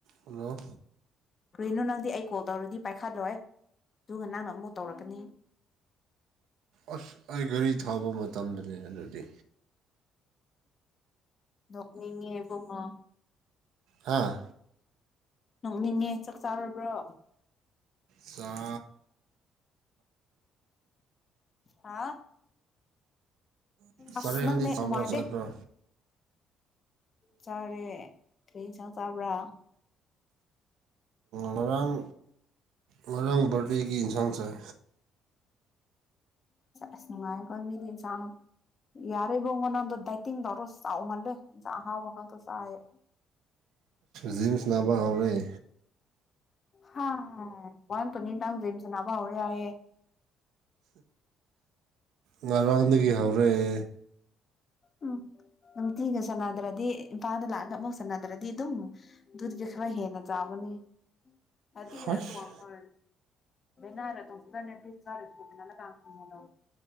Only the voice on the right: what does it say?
ꯍꯜꯂꯣ
ꯑꯁ ꯑꯩ ꯒꯥꯔꯤ ꯊꯥꯕ ꯃꯇꯝꯗꯅꯦ ꯑꯗꯨꯗꯤ
ꯍꯥꯥ
ꯁꯥ
ꯆꯥꯔꯦ
ꯅꯪꯗꯤ ꯆꯥꯕ꯭ꯔꯥ
ꯆꯥꯕ꯭ꯔꯥ
ꯉꯔꯥꯡ ꯉꯔꯥꯡ ꯕꯥꯔꯗꯦꯒꯤ ꯏꯟꯁꯥꯡ ꯆꯥꯏ
ꯖꯤꯁꯅ ꯃꯍꯥꯎꯔꯩ
ꯉꯔꯥꯡꯗꯒꯤ ꯍꯧꯔꯛꯑꯦ
ꯍꯁ